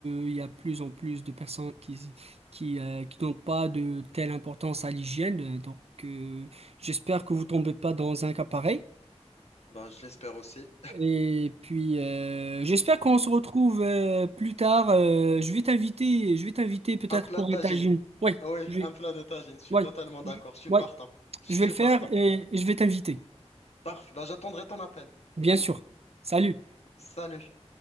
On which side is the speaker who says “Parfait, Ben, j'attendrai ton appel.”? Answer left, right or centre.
Left